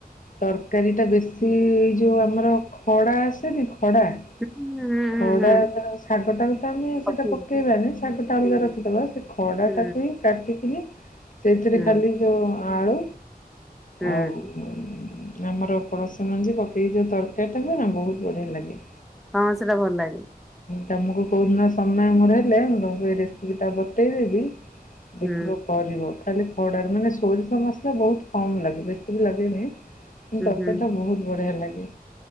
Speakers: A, on the left; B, in the centre.
A: ତରକାରୀ ଟା ବେଶୀ ଯୋଉ ଆମର ଖଡ଼ା ଆସେନି ଖଡ଼ା।
B: ହୁଁ।
A: ଖଡ଼ା
B: ହୁଁ
A: ଶାଗଟାକୁ ତ ଆମେ
B: ପକେଇକି
A: ସେଇଟା ପକେଇବାନି ଶାଗଟା ଅଲଗା
B: ହୁଁ
A: ରଖିଦେବା ସେ ଖଡ଼ାଟାକୁ
B: ହୁଁ
A: ହିଁ କଟିକିନି ସେଇଥିରେ
B: ହୁଁ
A: ଖାଲି ଯୋଉ ଆଳୁ
B: ହୁଁ
A: ଆଉ ଆମର ପଣସ ମଞ୍ଜି ପ ଏଇ ଯୋଉ ତରକାରୀ ଟା ହୁଏ ନା ବହୁତ ବଢିଆ ଲାଗେ।
B: ହଁ ସେଇଟା ଭଲ ଲାଗେ।
A: ତମକୁ କୋଉଦିନ ସମୟ ମୋର ହେଲେ ମୁଁ ତମକୁ ଏ ରେସିପି ଟା ବତେଇଦେବି।
B: ହୁଁ
A: ଦେଖିବ କରିବ ଖାଲି ଖଡାରେ ମାନେ ସୋରିଷ ମସ ବହୁତ କମ ଲାଗେ ବେଶୀ ବି ଲାଗେନି କି
B: ଉଁ
A: ତରକାରୀ
B: ହୁଁ
A: ଟା ବହୁତ ବଢିଆ ଲାଗେ।